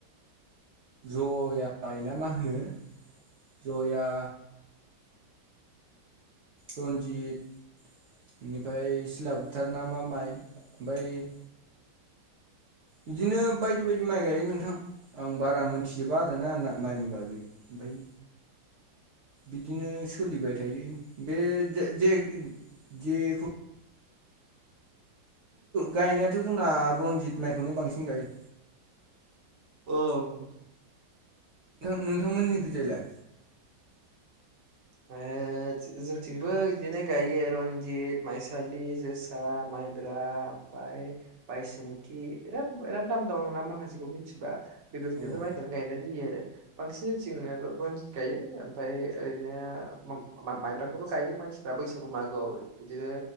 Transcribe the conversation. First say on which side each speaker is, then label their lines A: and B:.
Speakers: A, on the right; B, on the right.
A: ओ जय ना मा होनो जया रन्जित बेनिफ्राय सिला बोथार ना मा माइ ओमफ्राय बिदिनो बायदि बायदि माइ गायो नोंथां आं बारा मोनथिजोबा आरोना माइनि बागै बै बिदिनो सोलिबाय थायो बे जे जेखौ गायनायाथ' जोंना रनजित माइखौनो बांसिन गायो
B: औ
A: नोंथां नोंथांमोननिखैजायलाय
B: मायो जोंथिंबो बिदिनो गायो रनजित माइसालि जोसा माइब्रा ओमफ्राय बायसुमति बिराद बिराद नाम दं नाम माखासेखौ मिथिबा <unintelligible> बेफोर
A: अ
B: माइखौनो गायनाय जायो आरो बांसिन जोंनिथिं रनजित गायो ओमफ्राय ओरै नो मा माइब्राखौबो गायो मानसिफ्रा बैसागु मागोआव बिदिनो।